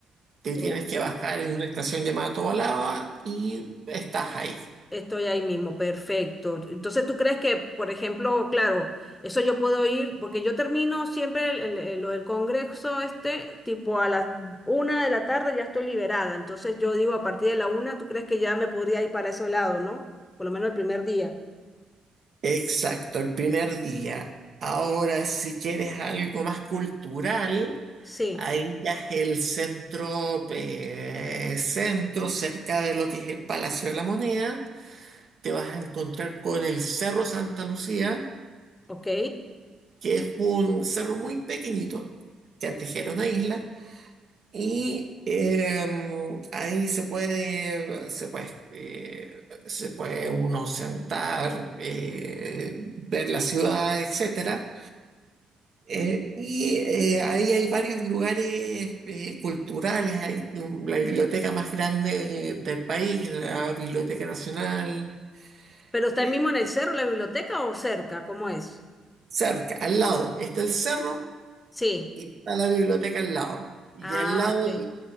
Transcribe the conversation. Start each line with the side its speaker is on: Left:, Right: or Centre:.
Right: Te
Left: Ok,
Right: tienes que bajar en una estación llamada Tobalaba y estás ahí.
Left: Estoy ahí mismo, perfecto. Entonces, ¿tú crees que, por ejemplo, claro, eso yo puedo ir, porque yo termino siempre el- el- el- lo del congreso este, tipo a las una de la tarde ya estoy liberada. Entonces, yo digo, a partir de la una, ¿tú crees que ya me podría ir para ese lado, no? Por lo menos el primer día.
Right: Exacto, el primer día. Ahora, si quieres algo más cultural,
Left: Sí,
Right: ahí ya es el centro, eh, centro cerca de lo que es el Palacio de la Moneda. Te vas a encontrar con el Cerro Santa Lucía
Left: ok.
Right: que es un cerro muy pequeñito, que antes era una isla, y em, ahí se puede, se puede, eh, se puede uno sentar, eh, ver la ciudad, etcétera. Eh, y eh, ahí hay varios lugares eh, culturales, hay un- la biblioteca más grande de- del país, la Biblioteca Nacional,
Left: ¿Pero
Right: eh,
Left: está ahí mismo en el cerro, la biblioteca o cerca? ¿Cómo es?
Right: cerca, al lado, está el cerro
Left: Sí.
Right: Y está la biblioteca al lado. Y
Left: Ah,
Right: al lado
Left: ok.
Right: hay,